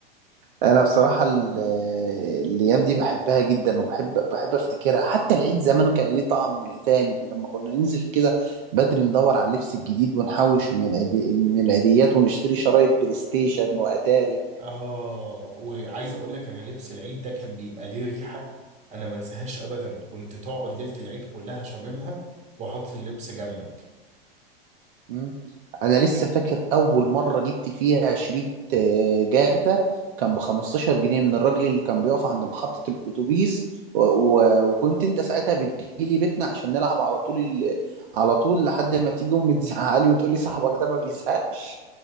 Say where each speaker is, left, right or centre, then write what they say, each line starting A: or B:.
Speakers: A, on the right (about 60°); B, on the right (about 25°).
A: انا بصراحه ال- الايام دي بحبها جدا وبحب بحب افتكرها حتى العيد زمان كان ليه طعم تاني لما كنا ننزل كده بدري ندور على اللبس الجديد ونحوش من العدي... من العيديات ونشتري شرايط بلاي ستيشن واتاري
B: اه وعايز اقول لك انا لبس العيد ده كان بيبقى ليه ريحه انا ما انساهاش ابدا كنت تقعد ليله العيد كلها شاممها واحط اللبس جنبك
A: مم. انا لسه فاكر اول مره جبت فيها شريط آه، جاتا كان ب 15 جنيه من الراجل اللي كان بيقف عند محطه الاتوبيس و... و... وكنت انت ساعتها بتجيلي بيتنا عشان نلعب على طول ال... على طول لحد ما تيجي امي تزعلي وتقول لي صاحبك ده ما بيزهقش